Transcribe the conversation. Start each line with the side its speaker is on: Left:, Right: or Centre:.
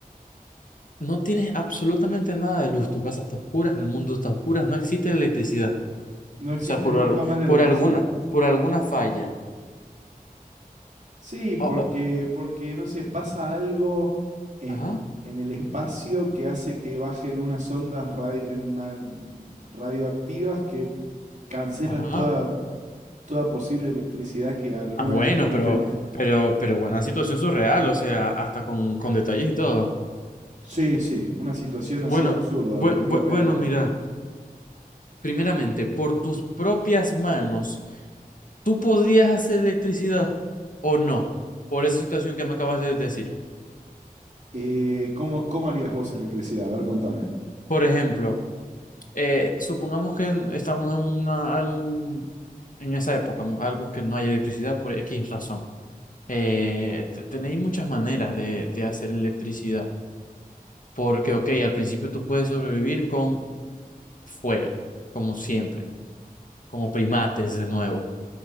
Left: no tienes absolutamente nada de luz. Tu casa está oscura, el mundo está oscura, no existe la electricidad.
Right: No existe
Left: O sea, por
Right: nunca
Left: algo,
Right: más la
Left: por
Right: electricidad.
Left: alguna, por alguna falla.
Right: Sí, porque,
Left: Oh, oh,
Right: porque no sé, pasa algo en,
Left: Ajá,
Right: en el espacio que hace que bajen unas ondas radi- en ma- radioactivas que cancelan
Left: ajá.
Right: toda, toda posible electricidad que alguna
Left: Ah, bueno,
Right: vez hayamos
Left: pero,
Right: tenido.
Left: pero, pero buena situación surreal, o sea, hasta con, con detalles y todo.
Right: Sí, sí, una situación
Left: Bueno,
Right: así absurda,
Left: bue-
Right: urre-
Left: bue-
Right: irreal.
Left: bueno, mira. primeramente, por tus propias manos, ¿tú podrías hacer electricidad o no? Por esa situación que me acabas de decir.
Right: Eh, ¿cómo, cómo harías vos electricidad? A ver, contame.
Left: Por ejemplo, eh, supongamos que en- estamos en una, en en esa época, en algo que no hay electricidad por X razón. Eh, te- tenéis muchas maneras de, de hacer electricidad, porque, ok, al principio tú puedes sobrevivir con fuego, como siempre, como primates de nuevo.